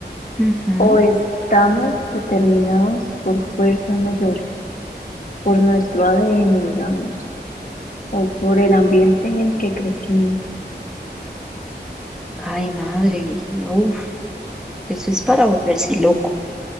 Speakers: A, in the centre; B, on the left.
A: Ujú.
B: o estamos determinados por fuerzas mayores? por nuestro ADN, digamos, o por el ambiente en el que crecimos.
A: Ay, madre, uf, eso es para volverse loco.